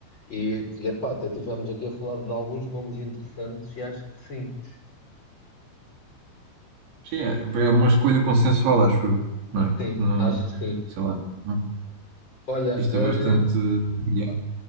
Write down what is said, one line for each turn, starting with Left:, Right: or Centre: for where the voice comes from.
Left: E, e epá, até estivemos aqui a falar de alguns nomes interessantes e acho que sim,
Right: Sim, é, é uma escolha consensual, acho eu, não é? Porque
Left: sim,
Right: não,
Left: acho que sim.
Right: sei lá, é um
Left: Olha,
Right: artista
Left: ah,
Right: bastante variado.